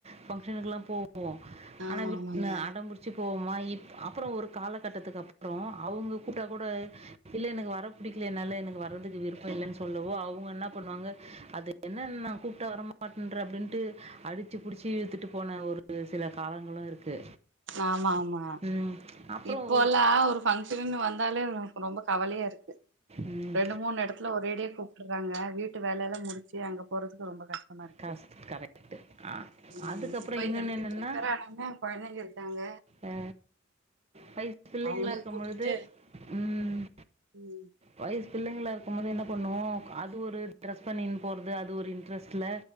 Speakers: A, on the right; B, on the right.
A: ஃபங்க்ஷனுக்குலா போ போவோம்
B: ஆமா
A: ஆனா
B: ஆமாங்க
A: அடம்புடிச்சு போவோமா இப் அப்புறோ ஒரு கால கட்டதுக்கு அப்புறோ அவுங்க கூப்ட்டா கூட இல்ல எனக்கு வர புடிக்கல என்னால எனக்கு வறதுக்கு விருப் இல்லனு சொல்லவோ அவுங்க என்ன பண்ணுவாங்க அது என்ன நா கூப்ட்டா வர மாட்டன்ற அப்டினு அடித்து புடிச்சு புடிச்சி இழுத்துட்டு போன ஒரு சில காலங்களு இருக்கு
B: ஆமா ஆமா
A: ம் அப்புறம்
B: இப்போ
A: ஒரு
B: எல்லா ஒரு ஃபங்க்ஷன்னு வந்தாலே நமக்கு ரொம்ப கவலையா இருக்கு
A: ம்.
B: ரெண்டு மூணு எடத்துல ஒரேடியா கூப்ருறாங்க வீட்டு வேலையல்லா முடிச்சு அங்க போறதுக்கு ரொம்ப கஷ் டமாஇருக்கு
A: காசு கரெக்டு அதுக்கப்புறம்
B: ம் இப்ப
A: இன்னொன்று
B: இந்த லீவே
A: என்னென்னா
B: வேரா ஆ நம்ம குழந்தைங்க இருக்காங்க
A: அ வைசு பிள்ளைங்களா
B: அவங்களையு
A: இருக்கும்பொழுது
B: கூட்டிட்டு
A: ம்
B: ம்
A: வயுசு பிள்ளைங்களா இருக்கும் போது என்ன பண்ணுவோ அது ஒரு டிரெஸ் பண்ணின்னு போறது அது ஒரு இன்ட்ரெஸ்ட்ல